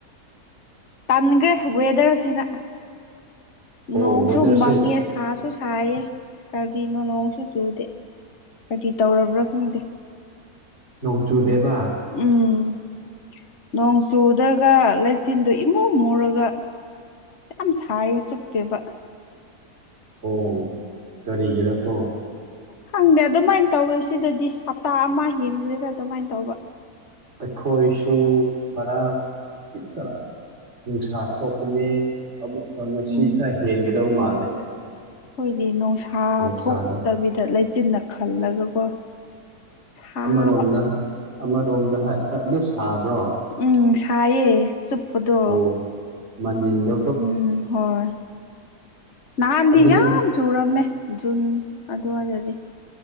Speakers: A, on the left; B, on the right.
A: ꯇꯟꯒ꯭ꯔꯦ ꯋꯦꯗꯔꯁꯤꯅ
B: ꯑꯣ
A: ꯅꯣꯡꯁꯨ
B: ꯋꯦꯗꯔꯁꯦ
A: ꯃꯪꯉꯦ ꯁꯥꯁꯨ ꯁꯥꯏꯌꯦ ꯀꯔꯤꯅꯣ ꯅꯣꯡꯁꯨ ꯆꯨꯗꯦ ꯀꯔꯤ ꯇꯧꯔꯕ꯭ꯔꯥ ꯈꯪꯗꯦ
B: ꯅꯣꯡ ꯆꯨꯗꯦꯕ
A: ꯎꯝ ꯅꯣꯡ ꯆꯨꯗ꯭ꯔꯒ ꯂꯩꯆꯤꯟꯗꯨ ꯏꯃꯨ ꯃꯨꯔꯒ ꯌꯥꯝ ꯁꯥꯏꯌꯦ ꯆꯨꯞꯄꯦꯕ
B: ꯑꯣ ꯀꯔꯤꯒꯤꯔꯥ ꯀꯣ
A: ꯈꯪꯗꯦ ꯑꯗꯨꯃꯥꯏ ꯇꯧꯋꯦ ꯁꯤꯗꯗꯤ ꯍꯞꯇꯥ ꯑꯃ ꯍꯦꯟꯈ꯭ꯔꯦꯗ ꯑꯗꯨꯃꯥꯏꯅ ꯇꯧꯕ
B: ꯑꯩꯈꯣꯏꯁꯨ ꯉꯔꯥꯡꯗꯤ ꯈꯔ ꯅꯨꯡꯁꯥ ꯊꯣꯛꯄꯅꯤ ꯑꯃꯨꯛꯀ ꯉꯁꯤ
A: ꯎꯝ
B: ꯈꯔ ꯍꯦꯟꯒꯗꯕ ꯃꯥꯜꯂꯦ
A: ꯑꯈꯣꯏꯗꯤ ꯅꯨꯡꯁꯥ
B: ꯅꯨꯡꯁꯥꯗꯣ
A: ꯊꯣꯛꯇꯕꯤꯗ ꯂꯩꯆꯤꯟꯅ ꯈꯜꯂꯒꯀꯣ ꯁꯥꯕ
B: ꯑꯃꯔꯣꯝꯗ ꯑꯃꯔꯣꯝꯗ ꯍꯥꯏ ꯑꯗꯨ ꯁꯥꯕ꯭ꯔꯣ
A: ꯎꯝ ꯁꯥꯏꯌꯦ ꯆꯨꯞꯄꯗꯣ
B: ꯑꯣ ꯃꯅꯤꯜꯗꯣ
A: ꯎꯝ ꯍꯣꯏ ꯅꯍꯥꯟꯗꯤ
B: ꯑꯗꯨꯗꯗꯤ
A: ꯌꯥꯝ ꯆꯨꯔꯝꯃꯦ ꯖꯨꯟ ꯑꯗꯨꯋꯥꯏꯗꯗꯤ